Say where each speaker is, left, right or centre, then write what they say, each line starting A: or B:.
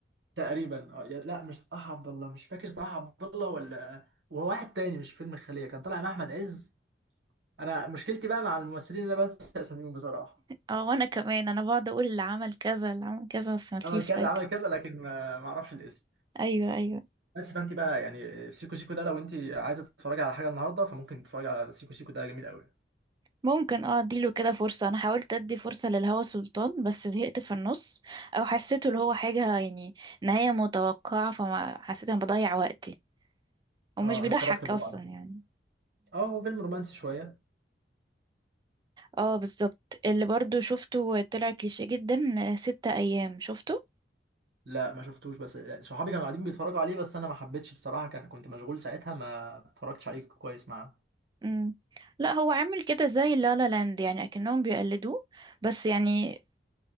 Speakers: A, on the right (about 75°); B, on the right (about 25°).
A: تقريبا اه يا- لا مش صلاح عبد الله مش فاكر صلاح عبد الله ولا وهو واحد تاني مش فيلم الخليه كان طالع مع احمد عز انا مشكلتي بقى مع الممثلين ان انا بنسى اساميهم بصراحه
B: اه وانا كمان انا بقعد اقول اللي عمل كذا اللي عمل كذا بس مفيش
A: عمل كذا
B: فايده
A: عمل كذا لكن ما ما اعرفش الاسم
B: ايوه ايوه
A: بس فانت بقى يعني سيكو سيكو ده لو انت عايزه تتفرجي على حاجه النهارده فممكن تتفرجي على سيكو سيكو ده جميل قوي
B: ممكن اه اديله كده فرصه انا حاولت ادي فرصه للهوى سلطان بس زهقت في النص او حسيته اللي هو حاجه يعني نهايه متوقعه فما حسيت انا بضيع وقتي ومش
A: اه
B: بيضحك
A: انا اتفرجت برضه
B: اصلا
A: على
B: يعني
A: اه هو فيلم رومانسي شويه
B: اه بالظبط اللي برضو شفته طلع كليشيه جدا آه، ستة ايام شفته
A: لا ما شفتوش بس صحابي كانوا قاعدين بيتفرجوا عليه بس انا ما حبيتش بصراحه كان كنت مشغول ساعتها ما اتفرجتش عليه كويس معاه
B: مم. لا هو عامل كده زي لا لا لاند يعني اكنهم بيقلدوه بس يعني